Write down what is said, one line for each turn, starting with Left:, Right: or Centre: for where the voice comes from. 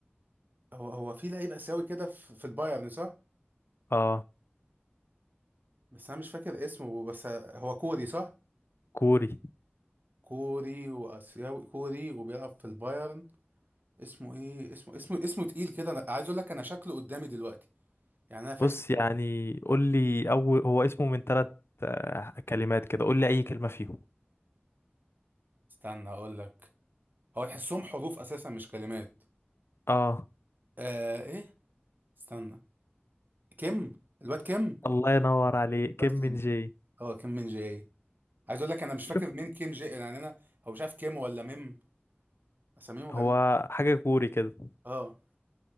Right: هو هو في لعيب آسيوي كده في في البايرن صح؟
Left: اه
Right: بس أنا مش فاكر اسمه بس آه، هو كوري صح؟
Left: كوري
Right: كوري وآسيوي كوري وبيلعب في البايرن اسمه ايه اسمه اسمه اسمه تقيل كده انا عايز اقول لك انا شكله قدامي دلوقتي يعني انا فاكر
Left: بص يعني قول لي أول هو اسمه من ثلاث كلمات كده قول لي أي كلمة فيهم
Right: استنى اقول لك هو تحسهم حروف اساسا مش كلمات
Left: اه
Right: آه ايه استنى كيم الواد كيم
Left: الله ينور عليك كيم
Right: الواد
Left: من
Right: كيم
Left: جي
Right: اه كيم من جاي عايز اقول لك انا مش فاكر
Left: شفت
Right: مين كيم جاي يعني انا هو مش عارف كيم ولا ميم اساميهم غريب
Left: هو حاجة كوري كده
Right: اه